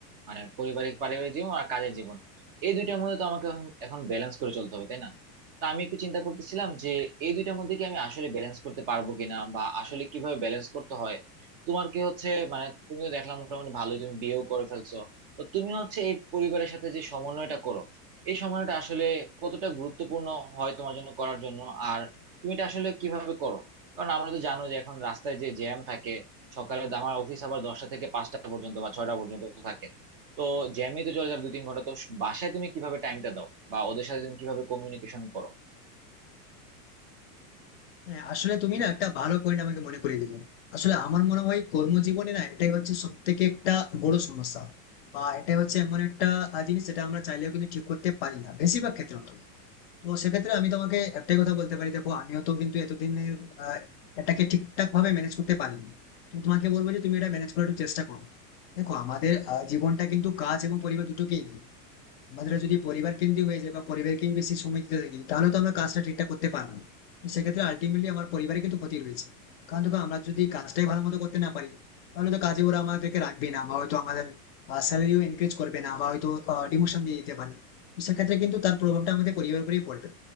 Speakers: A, on the right; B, on the left.
A: মানে পারিবারিক পারিবারিক জীবন আর কাজের জীবন এই দুইটার মধ্যে তো আমাকে এখন এখন ব্যালেন্স করে চলতে হবে তাই না তো আমি একটু চিন্তা করতেছিলাম যে এই দুইটার মধ্যে কি আমি আসলে ব্যালেন্স করতে পারবো কিনা বা আসলে কিভাবে ব্যালেন্স করতে হয় তোমার কি হচ্ছে মানে তুমি তো দেখলাম মোটামুটি ভালোই তুমি বিয়েও করে ফেলছো তো তুমি হচ্ছে এই পরিবারের সাথে যে সমন্বয়টা করো এই সময়টা আসলে কতটা গুরুত্বপূর্ণ হয় তোমার জন্য করার জন্য আর তুমি এটা আসলে কিভাবে করো কারণ আমরা তো জানো যে এখন রাস্তায় যে জ্যাম থাকে সকালে তো আমার অফিস আবার দশটা থেকে পাঁচটা পর্যন্ত বা ছয়টা পর্যন্ত থাকে তো জ্যামে তো চলে যায় দুই তিন ঘন্টা তো বাসায় তুমি কিভাবে টাইমটা দাও বা ওদের সাথে তুমি কিভাবে কমিউনিকেশন করো
B: হ্যাঁ আসলে তুমি না একটা ভালো পয়েন্ট আমাকে মনে করিয়ে দিলে আসলে আমার মনে হয় কর্মজীবনে না এটাই হচ্ছে সব থেকে একটা বড় সমস্যা বা এটাই হচ্ছে এমন একটা আহ, জিনিস যেটা আমরা চাইলেও কিন্তু ঠিক করতে পারি না বেশিরভাগ ক্ষেত্রে অন্তত তো সেক্ষেত্রে আমি তোমাকে একটাই কথা বলতে পারি দেখো আমিও তো কিন্তু এতদিনে আহ, এটাকে ঠিকঠাক ভাবে ম্যানেজ করতে পারিনি তো তোমাকে বলবো যে তুমি এটা ম্যানেজ করার একটু চেষ্টা করো দেখো আমাদের আহ, জীবনটা কিন্তু কাজ এবং পরিবার দুটোকেই নেই আমাদের যদি পরিবার কেন্দ্রিক হয়ে যায় বা পরিবারকেই বেশি সময় দিতে থাকি তাহলে তো আমরা কাজটা ঠিকঠাক করতে পারবো না তো সেক্ষেত্রে আলটিমেটলি আমার পরিবারে কিন্তু ক্ষতি রয়েছে কারণ দেখো আমরা যদি কাজটাই ভালো মতো করতে না পারি তাহলে তো কাজে ওরা আমাদেরকে রাখবে না বা হয়তো আমাদের স্যালারিও এনকারেজ করবে না বা হয়তো ডিমোশন দিয়ে দিতে পারে তো সেক্ষেত্রে কিন্তু তার প্রভাবটা আমাদের পরিবারের উপরেই পড়বে